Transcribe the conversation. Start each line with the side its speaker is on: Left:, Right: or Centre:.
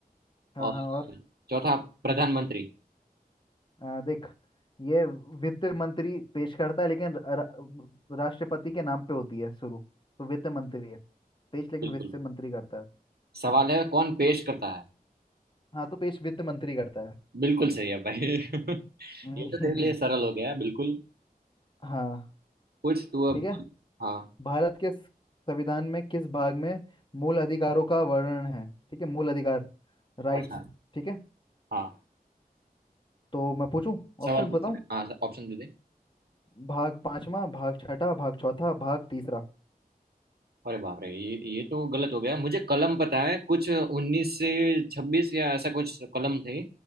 Left: हाँ
Right: और
Left: हाँ और
Right: चौथा प्रधानमंत्री
Left: आ, देख ये वित्त मंत्री पेश करता है लेकिन र- र- राष्ट्रपति के नाम पे होती है शुरू तो वित्त मंत्री है पेश लेकिन
Right: बिल्कुल
Left: वित्त मंत्री करता है
Right: सवाल
Left: हाँ
Right: है कौन पेश करता है
Left: हाँ तो पेश वित्त मंत्री करता है
Right: बिल्कुल सही है भाई <laughs>
Left: <laughs>
Right: ये तो तेरे
Left: हम्म,
Right: लिए सरल हो गया बिल्कुल
Left: हाँ
Right: कुछ तू
Left: ठीक
Right: अब
Left: है
Right: हाँ
Left: भारत के संविधान में किस भाग में मूल अधिकारों का वर्णन है ठीक है मूल अधिकार राइट्स
Right: अच्छा
Left: ठीक है
Right: हाँ
Left: तो मैं पूछूं ऑप्शन
Right: सवाल पूछ
Left: बताऊं
Right: ले। हाँ ऑप्शन दे दे
Left: भाग पांचवा भाग छठा भाग चौथा भाग तीसरा
Right: अरे बाप रे ये ये तो गलत हो गया मुझे कलम पता है कुछ उन्नीस से छब्बीस या ऐसा कुछ कलम थे